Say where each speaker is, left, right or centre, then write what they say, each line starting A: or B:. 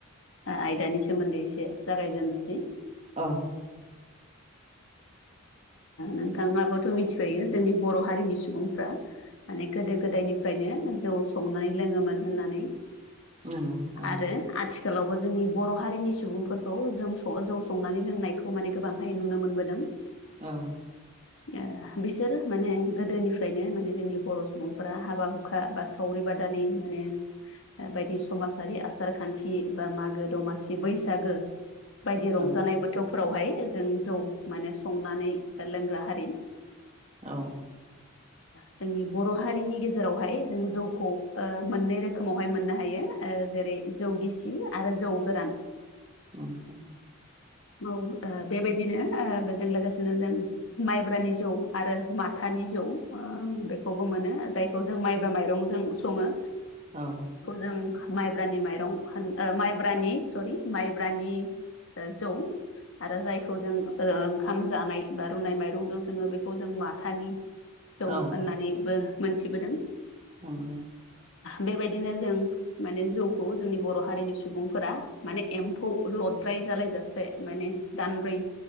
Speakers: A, on the left; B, on the right.
A: आयदानि सोमोन्दै एसे। जागायजेननोसै।
B: औ
A: नोंथाङाबोथ' मिथिखायो जोंनि बर' हारिनि सुबुंफ्रा। माने गोदो गोदायनिफ्रायनो जौ संनानै लोङोमोन होननानै।
B: औ औ।
A: आरो आथिखालावबो जोंनि बर' हारिनि सुबुंफोरखौ जों जौ संनानै लोंनायखौ। खौ माने गोबांहाय नुनो मोनबोदों।
B: औ।
A: <inaudible> बिसोर माने गोदोनिफ्रायनो माने जोंनि बर' सुबुंफोरा हाबा हुखा बा। सावरि बादालि माने बायदि समाजारि आसार खान्थि बा मागो दमासि बैसागो बायदि
B: नंगौ
A: रंजानाय बोथौफोरावहाय जों जौ माने संनानै लोंग्रा हारि
B: औ
A: जोंनि बर' हारिनि गेजेरावहाय जों जौ खौ मोननै रोखोमावहाय मोननो हायो जेरै जौ गिसि आरो जौ गोरान <inaudible>
B: <inaudible>
A: औ बेबायदिनो बेजों लोगोसेनो जों माइब्रानि जौ आरो माथानि जौ बेखौबो मोनो जायखौ जों माइब्रा माइरंजों सङो
B: औ
A: जों माइब्रानि माइरं होन माइब्रानि सरि माइब्रानि जौ आरो जायखौ जों ओंखाम जानाय बा रुनाय माइरंजों सोङो बेखौ जों माथानि जौ
B: औ
A: होननानैबो मोनथिबोदों
B: <inaudible>
A: बेबायदिनो जों माने जौखौ जोंनि बर' हारिनि सुबुंफोरा माने एम्फौ लद्राय जालायजासे माने दानब्रै